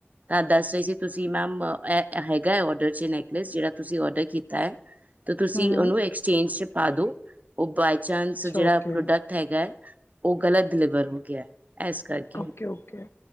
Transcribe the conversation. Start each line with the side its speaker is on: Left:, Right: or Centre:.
Right: ਤਾਂ ਦੱਸ ਰਹੇ ਸੀ ਤੁਸੀਂ ਮੈਮ ਹੈਗਾ ਹੈ ਔਡਰ 'ਚ ਨੈਕਲੈਸ ਜਿਹੜਾ ਤੁਸੀਂ ਔਡਰ ਕੀਤਾ ਹੈ ਤਾਂ ਤੁਸੀਂ
Left: ਹਮ ਹਮ
Right: ਉਹਨੂੰ ਐਕਸਚੇਂਜ ਚ ਪਾ ਦਿੋ ਉਹ ਬਾਏ ਚਾਂਸ
Left: ਅੱਛਾ
Right: ਜਿਹੜਾ
Left: ਓਕੇ
Right: ਪ੍ਰੋਡਕਟ ਹੈਗਾ ਹੈ ਉਹ ਗਲਤ ਡਿਲੀਵਰ ਹੋ ਗਿਆ ਹੈ, ਇਸ ਕਰਕੇ
Left: ਓਕੇ ਓਕੇ